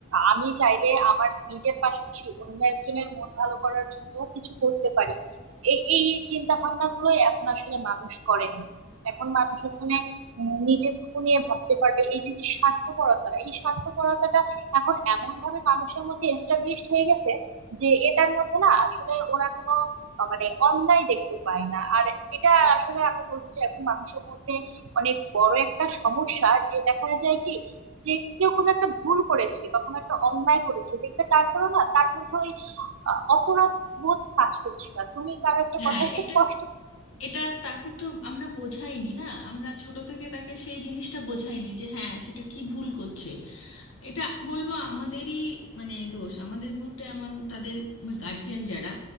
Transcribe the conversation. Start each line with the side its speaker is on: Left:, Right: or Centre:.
Right: আমি চাইলে আমার নিজের পাশাপাশি অন্য একজনের মন ভালো করার জন্য কিছু করতে পারি এই এই চিন্তা ভাবনা গুলোই এখন আসলে মানুষ করে না এখন মানুষ আসলে উম, নিজেরটুকু নিয়ে ভাবতে পারবে এই যে যে স্বার্থপরতা এই স্বার্থপরতাটা এখন এমন ভাবে মানুষের মধ্যে এস্টাবলিশড হয়ে গেছে যে এটার মধ্যে না আসলে ওরা কোনো আহ, মানে অন্যায় দেখতে পায় না আর এটা আসলে আমি বলবো যে এখন মানুষের মধ্যে অনেক বড় একটা সমস্যা যে দেখা যায় কি যে কেউ কোনো একটা ভুল করেছে বা কোনো একটা অন্যায় করেছে দেখবে তারপরেও না তার মধ্যে ওই আহ, অপরাধ বোধ কাজ করছে না তুমি কারো একটা
Left: হ্যাঁ
Right: কথায় খুব
Left: এটা
Right: কষ্ট
Left: এটা তাকে তো আমরা বোঝাইনি না আমরা ছোট থেকে তাকে সেই জিনিসটা বোঝাইনি যে হ্যাঁ সেটা কি ভুল করছে এটা বলবো আমাদেরই মানে দোষ আমাদের বলতে আমার তাদের গার্জিয়ান যারা